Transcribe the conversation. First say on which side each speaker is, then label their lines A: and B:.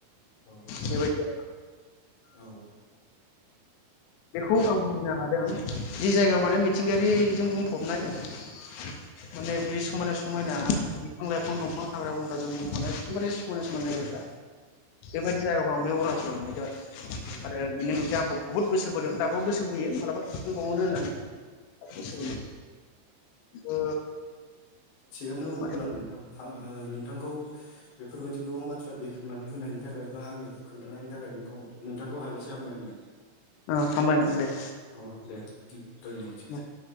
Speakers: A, on the left; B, on the left.
A: औ
B: बेबायदि
A: औ
B: बेखौ आं बुजिनो हादों जि जायगायाव माने मिथिंगायारिजों बुंफबनाय माने बे समायना समायना बिफां लाइफां दंफां हाग्रा बग्राजों बुंब'नाय एकदमबारे समायना समायना जायगा
A: औ
B: बेबायदि जायगाखौ आं बे अरुनाचलाव मोनहैदों आरो बिनि नुथाया आंखौ बहुद गोसो बोदों दाबो गोसो बोयो मालाबा थांफिनबावनो होननानै गोसो
A: औ
B: बोयो ओ
A: थिगानो
B: माथो
A: अब्ला नोंथां <unintelligible> नोंथांखौ बेफोरबायदि गोबां बाथ्रा बेखेवनानै होनायनि थाखाय बा आंनो खोन्थानायनि थाखाय नोंखौ नोंथांखौ हाजासे हामबाय होनदों
B: अ हामबाय होनदों दे
A: औ दे धयनबाद
B: धन्यबादसै